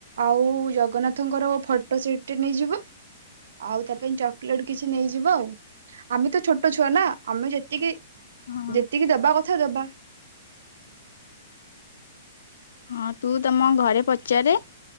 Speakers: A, on the right; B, on the left.
A: ଆଉ ଜଗନ୍ନାଥଙ୍କର ଫଟୋ ସେଟ୍ ଟେ ନେଇଯିବା ଆଉ ତା ପାଇଁ ଚକୋଲେଟ କିଛି ନେଇଯିବ ଆଉ ଆମେ ତ ଛୋଟ ଛୁଆ ନା ଆମେ ଯେତିକି
B: ହଁ
A: ଯେତିକି ଦବା କ ଦବା। <inaudible>
B: ହଁ ତୁ ତମ ଘରେ ପଚାରେ